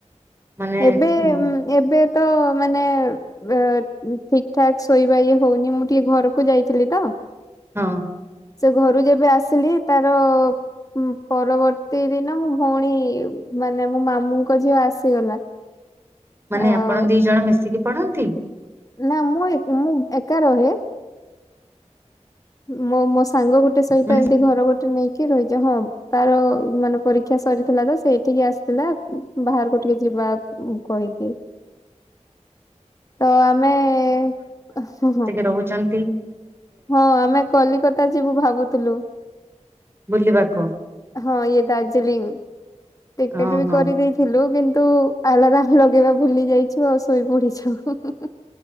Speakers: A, on the right; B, on the left.
A: ମାନେ
B: ଏବେ,
A: ଉଁ
B: ଏବେ ତ ମାନେ ଠିକ୍ ଠାକ୍ ଶୋଇବା ଇଏ ହଉନି। ମୁଁ ଟିକେ ଘରୁକୁ ଯାଇଥିଲି ତ।
A: ହଁ।
B: ସେ ଘରୁ ଯେବେ ଆସିଲି ତାର ଉଁ, ପରବର୍ତ୍ତୀ ଦିନ ମୁଁ ଭଉଣୀ ମାନେ ମୋ ମାମୁଁଙ୍କ ଝିଅ ଆସିଗଲା।
A: ମାନେ
B: ଆଉ
A: ଆପଣ ଦି ଜଣ ମିଶିକି ପଢନ୍ତି?
B: ନା ମୁଁ, ମୁଁ ଏକା ରହେ। ମୋ ମୋ ସାଙ୍ଗ ଗୋଟେ ସହିତ
A: ମାନେ
B: ଏମିତି ଘର ଗୋଟେ ନେଇକି ରହିଜା। ହଁ। ତାର ମାନେ ପରୀକ୍ଷା ସରିଥିଲା ତ, ସେଏଠିକି ଆସିଥିଲା ବାହାରକୁ ଟିକେ ଯିବା କହିକି। ତ ଆମେ-ଏଁ ହ, ହଁ।
A: ରହୁଚନ୍ତି।
B: ହଁ, ଆମେ କଲିକତା ଯିବୁ ଭାବୁଥୁଲୁ।
A: ବୁଲିବାକୁ
B: ହଁ, ଇଏ ଦାର୍ଜିଲିଂ ଟିକେଟ୍
A: ଓହୋ
B: ବି କରିଦେଇ ଥିଲୁ କିନ୍ତୁ, ଆଲାରାମ୍ ଲଗେଇବା ଭୁଲି ଯାଇଛୁ, ଆଉ ଶୋଇ ପଡିଛୁ। <unintelligible>